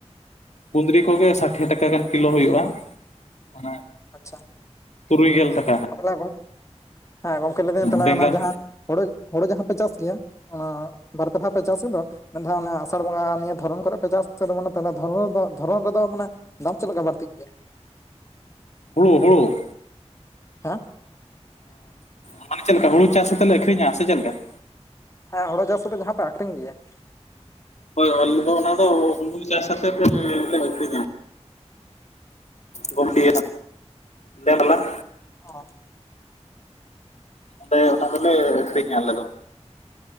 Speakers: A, on the left; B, on the left.
A: ᱠᱩᱫᱽᱨᱤ ᱠᱚᱜᱮ ᱥᱟᱴᱷᱮ ᱴᱟᱠᱟ ᱜᱟᱱ ᱠᱤᱞᱳ ᱦᱩᱭᱩᱜ-ᱟ ᱢᱟᱱᱮ
B: ᱟᱪᱷᱟ ᱾
A: ᱛᱩᱨᱩᱭ ᱜᱮᱞ ᱴᱟᱠ ᱾
B: ᱛᱟᱛᱞᱮ ᱜᱚᱡᱽ ᱦᱮᱸ ᱜᱚᱝᱠᱮ ᱞᱟᱹᱭ ᱫᱟᱹᱧ ᱛᱟᱦᱚᱞᱮ
A: ᱵᱮᱸᱜᱟᱲ
B: ᱚᱱᱟ ᱡᱟᱦᱟᱸ ᱦᱳᱲᱳ ᱦᱳᱲᱳ ᱡᱟᱦᱟᱸ ᱯᱮ ᱪᱟᱥ ᱜᱮᱭᱟ <unintelligible> ᱚᱸᱜ ᱵᱟᱨ ᱯᱮ ᱫᱷᱟᱣ ᱯᱮ ᱪᱟᱥ ᱮᱫ ᱫᱚ ᱢᱮᱱ ᱫᱷᱟᱣ ᱟᱥᱟᱲ ᱵᱚᱸᱜᱟ ᱱᱤᱭᱟᱹ ᱫᱷᱚᱨᱚᱢ ᱠᱚᱨᱮᱜ ᱯᱮ ᱪᱟᱥ ᱛᱚᱞᱮ ᱫᱷᱚᱨᱚᱢ ᱫᱷᱚᱨᱚᱢ ᱨᱮ ᱫᱚ ᱢᱟᱱᱮ ᱫᱟᱢ ᱪᱮᱫ ᱞᱮᱠᱟ ᱵᱟᱹᱲᱛᱤᱜ ᱜᱮᱭᱟ ᱾
A: ᱦᱩᱲᱩ ᱦᱩᱲᱩ ᱾
B: ᱦᱟᱸ
A: ᱚᱸ ᱢᱟᱱᱮ ᱪᱮᱫ ᱞᱮᱠᱟ ᱦᱩᱲᱩ ᱪᱟᱥ ᱠᱟᱛᱮᱫ ᱞᱮ ᱟᱹᱠᱷᱨᱤᱧᱟ ᱥᱮ ᱪᱮᱫ ᱞᱮᱠᱟ ᱾
B: ᱦᱮᱸ ᱦᱩᱲᱩ ᱪᱟᱥ ᱠᱟᱛᱮ ᱡᱟᱦᱟᱸ ᱯᱮ ᱟᱠᱷᱨᱤᱧ ᱜᱮᱭᱟ ᱾
A: ᱦᱚᱭ ᱟᱞᱮ ᱫᱚ ᱚᱱᱟ ᱫᱚ ᱦᱩᱲᱩ ᱪᱟᱥ ᱟᱛᱮᱫ ᱞᱮ ᱟᱹᱠᱷᱨᱤᱧᱟ ᱾ ᱜᱚᱢᱠᱮ ᱫᱮᱣᱞᱟ ᱾
B: ᱦᱚᱸ
A: ᱚᱸᱰᱮ ᱚᱱᱟ ᱫᱚᱞᱮ ᱟᱹᱠᱷᱨᱤᱧᱟ ᱟᱞᱮ ᱫᱚ